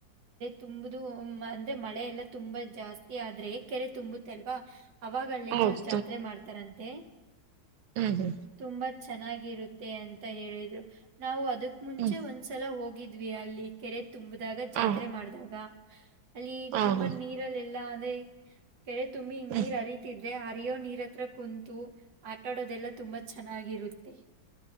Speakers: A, on the right; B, on the right.
A: ತುಂಬ್ದು ಓ ಮನ್ ಅದೆ ಮಳೆ ಎಲ್ಲ ತುಂಬಾ ಜಾಸ್ತಿ ಆದ್ರೆ ಕೆರೆ ತುಂಬುತ್ ಲ್ವಾ ಅವಾಗಳ್ಳಿನ
B: ಹೌದು
A: ಜಾತ್ರೆ ಮಾಡ್ತಾರಂತೆ
B: ಹಾ ಹ
A: ತುಂಬಾ ಚೆನ್ನಾಗಿರುತ್ತೆ ಅಂತ ಹೇಳಿದ್ರು ನಾವು ಅದು ಅದಕ್ ಮುಂಚೆ
B: ಹ್ಮ್
A: ಒಂದ್ಸಲ ಹೋಗಿದ್ದ ದ್ವಿವ್ಯಲ್ಲಿ ಕೆರೆಟ್ ತುಂಬಿದಾಗ ಜಾತ್ರೆ
B: ಹ
A: ಮಾಡಿದಾಗ ಅಲ್ಲಿ
B: ಹ
A: ತುಂಬಾ
B: ಹ
A: ನೀರಲ್ಲಿ ಲಾದೆ ಕೆರೆ ತುಮಿ
B: ಹ್ಮ್
A: ನೀರ್ ಅರಿತದ್ ಹರಿಯೋ ನೀರ್ ಹತ್ರ ಕುಂತು ಆಟ ಆಡೋದೆಲ್ಲ ತುಂಬಾ ಚೆನ್ನಾಗಿರುತ್ತೆ ತ್ತ